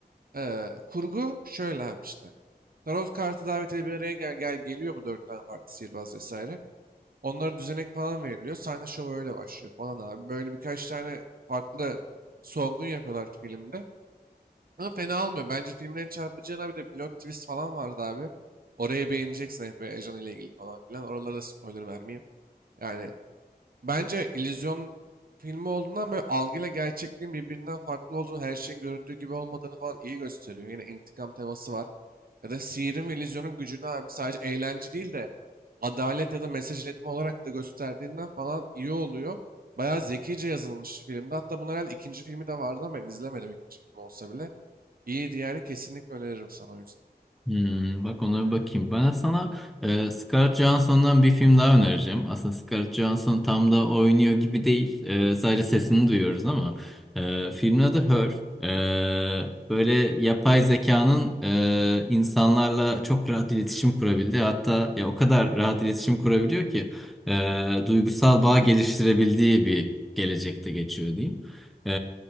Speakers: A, on the right (about 60°); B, in the centre.
A: Ee, kurgu şöyle abi işte. Tarot kartı davetiyle bir araya gel, gel geliyor bu dört tane farklı sihirbaz vesaire. Onlara düzenek falan veriliyor. Sahne şovu öyle başlıyor falan abi. Böyle birkaç tane farklı solgun yapıyorlar filmde. Ama fena olmuyor. Bence filmin en çarpıcı yanı bir de pilot twist falan vardı abi. Orayı beğeneceksin hep Ejan ile ilgili falan filan. Oralara da spoiler vermeyeyim. Yani Bence illüzyon filmi olduğundan böyle algıyla gerçekliğin birbirinden farklı olduğunu, her şeyin göründüğü gibi olmadığını falan iyi gösteriyor. Yine intikam teması var. Ya da sihirin ve illüzyonun gücünü abi sadece eğlence değil de adalet ya da mesaj iletme olarak da gösterdiğinden falan iyi oluyor. Bayağı zekice yazılmış filmde. Hatta bunun herhalde ikinci filmi de vardı ama ben izlemedim ikinci filmi olsa bile. İyiydi yani kesinlikle öneririm sana o yüzden.
B: Hmm, bak ona bir bakayım. Ben sana e, Scarlett Johansson'dan bir film daha önereceğim. Aslında Scarlett Johansson tam da oynuyor gibi değil. E, sadece sesini duyuyoruz ama. E, filmin adı Her. E, böyle yapay zekanın e, insanlarla çok rahat iletişim kurabildiği hatta ya o kadar rahat iletişim kurabiliyor ki e, duygusal bağ geliştirebildiği bir gelecekte geçiyor diyeyim. Ee,